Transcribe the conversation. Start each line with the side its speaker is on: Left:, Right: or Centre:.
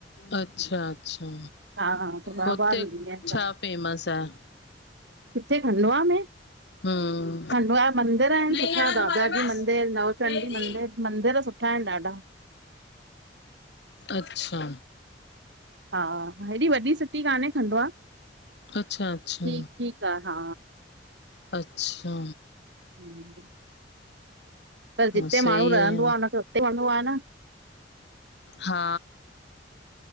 Left: अचछा-अच्छा
Right: हा हा त ॿ
Left: हुते
Right: बार वेंदी आहियां हितां।
Left: छा फेमस आ?
Right: किथे खंडवा में,
Left: हम्म
Right: खंडवा जा मंदिर आहिनि
Left: नहीं
Right: सुठा
Left: है ना तुम्हारे
Right: गागा
Left: पास
Right: जी मंदिर नव चंडी
Left: रेजी
Right: मंदिर, मंदिर सुठा आहिनि ॾाढा
Left: अच्छा
Right: हा, हेॾी वॾी सिटी काने खंडवा,
Left: अच्छा अच्छा
Right: ठीकु- ठीकु आ हा
Left: अचछा
Right: हुंम् त जिते
Left: सही
Right: माण्हूं रहंदो
Left: आहे
Right: आ, हुनखे उते वणंदो आ, न
Left: हा